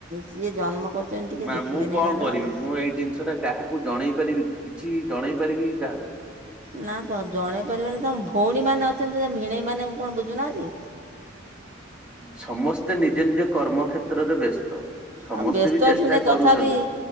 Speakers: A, on the right; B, in the centre.
A: ସିଏ ଜନ୍ମ କରୁଛନ୍ତି ଟିକେ
B: ମା
A: ଦେଖିବେନି
B: ମୁଁ କଣ
A: ନହେଲେ
B: କରିବି
A: ବାବା
B: ମୁଁ ଏଇ ଜିନିଷ ଟା କାହାକୁ ଜଣେଇ ପାରିବି କିଛି ଜଣେଇ ପାରିବି କି କାହାକୁ?
A: ନା ତ ଜଣେଇ ପାରିବନି ତମ ଭଉଣୀ ମାନେ ଅଛନ୍ତି ସେ ଭିଣେଇ ମାନଙ୍କୁ କଣ ବୁଝୁନାହାନ୍ତି।
B: ସମସ୍ତେ ନିଜ ନିଜ କର୍ମ ଖେତ୍ରରେ ବ୍ୟସ୍ତ। ସମସ୍ତେ
A: ଆଉ ବ୍ୟସ୍ତ
B: ବି ଚେଷ୍ଟା
A: ଥିଲେ ତଥାପି
B: କରୁଛନ୍ତି।